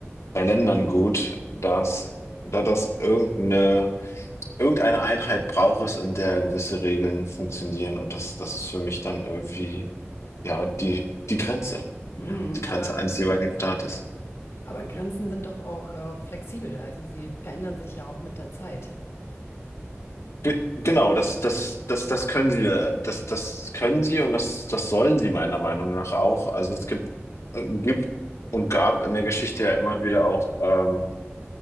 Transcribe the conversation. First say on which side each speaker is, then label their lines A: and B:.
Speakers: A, on the left; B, on the left.
A: bei Ländern gut, dass, da das irgendeine, irgendeine Einheit braucht es, in der gewisse Regeln funktionieren und das, das ist für mich dann irgendwie, ja, die, die Grenze.
B: Mhm,
A: Ja, die Grenze
B: aber,
A: eines jeweiligen Staates.
B: aber Grenzen sind doch auch äh, flexibel, also sie verändern sich ja auch mit der Zeit.
A: Ge- Genau, das, das, das, das können sie, äh, das, das können sie und das, das sollen sie meiner Meinung nach auch. Also es gibt, äh, gibt und gab in der Geschichte ja immer wieder auch, ähm,